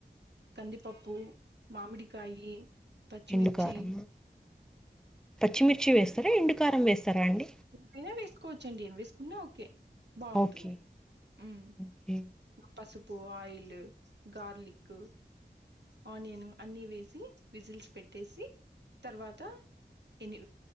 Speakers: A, on the right; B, in the centre.
A: కందిపప్పు మామిడి కాయీ పచ్చిమిర్చి
B: ఎండుకారం పచ్చిమిర్చి వేస్తారా ఎండుకారం వేస్తారా అండి
A: ఎంతైనా వేసుకోవచ్చండి ఏమి వేసుకున్నా ఓకే బాగుంటుంది
B: ఓకే
A: హుమ్
B: ఓకే
A: పసుపు ఆయిల్ గార్లిక్ ఆనియన్ అన్ని వేసి విజిల్స్ పెట్టేసి తర్వాత ఎని